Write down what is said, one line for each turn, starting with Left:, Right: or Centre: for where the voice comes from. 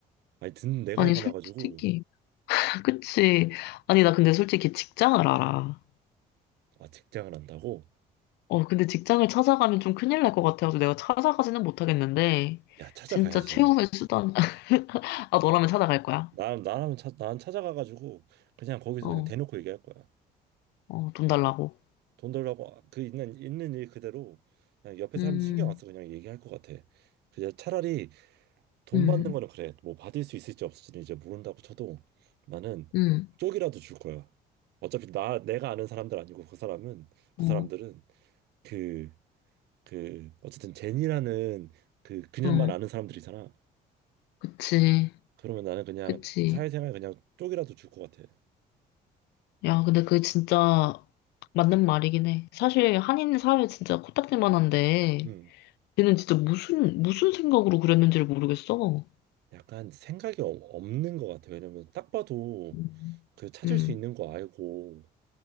Right: 아니 듣는 내가
Left: 아니,
Right: 화가
Left: 솔직히.
Right: 나가지고
Left: <laughs> 그치?
Right: 음.
Left: 아니, 나 근데 솔직히 직장을 알아.
Right: 아 직장을 한다고?
Left: 어, 근데 직장을 찾아가면 좀 큰일 날 것 같아서 내가 찾아가지는 못하겠는데,
Right: 야 찾아가야지.
Left: 진짜 최후의 수단, <laughs> 아, 너라면 찾아갈 거야.
Right: 나 나라면 찾, 난 찾아가가지고 그냥 거기서
Left: 어,
Right: 그냥 대놓고 얘기할 거야.
Left: 어, 돈 달라고.
Right: 돈 달라고 그 있는 있는 일 그대로 그냥 옆에 사람들
Left: 음,
Right: 신경 안 쓰고 그냥 얘기할 것 같아. 그냥 차라리 돈
Left: 음,
Right: 받는 거는 그래 뭐 받을 수 있을지 없을지는 이제 모른다고 쳐도 나는
Left: 음,
Right: 쪽이라도 줄 거야. 어차피 나 내가 아는 사람들 아니고 그 사람은 그
Left: 어,
Right: 사람들은 그 그 어쨌든 제니라는 그 그녀만
Left: 음,
Right: 아는 사람들이잖아.
Left: 그치,
Right: 그러면 나는 그냥
Left: 그치.
Right: 사회생활 그냥 쪽이라도 줄 것 같아.
Left: 야, 근데 그게 진짜 맞는 말이긴 해. 사실 한인 사회 진짜 코딱지만한데,
Right: 음,
Left: 걔는 진짜 무슨, 무슨 생각으로 그랬는지를 모르겠어.
Right: 약간 생각이 어- 없는 것 같아. 왜냐면 딱 봐도
Left: 음,
Right: 그 찾을
Left: 음,
Right: 수 있는 거 알고